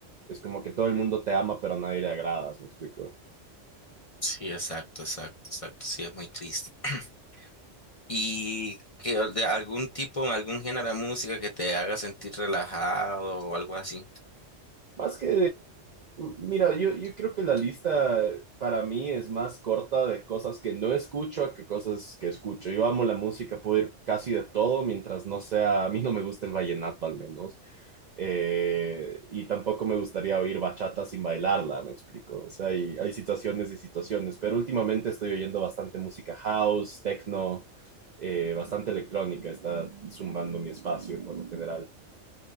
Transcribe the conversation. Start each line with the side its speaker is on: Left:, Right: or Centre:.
Right: es como que todo el mundo te ama, pero a nadie le agradas, ¿me explico?
Left: sí, exacto, exacto, exacto. Sí, es muy triste. <clears throat> ¿Y que, de algún tipo, algún género de música que te haga sentir relajado o algo así?
Right: Más que mira, yo, yo creo que la lista para mí es más corta de cosas que no escucho que cosas que escucho. Yo amo la música, puedo ir casi de todo mientras no sea, a mí no me gusta el vallenato al menos. Eh, y tampoco me gustaría oír bachata sin bailarla, me explico. O sea, hay, hay situaciones y situaciones, pero últimamente estoy oyendo bastante música house, techno, eh, bastante electrónica, está zumbando mi espacio por lo general.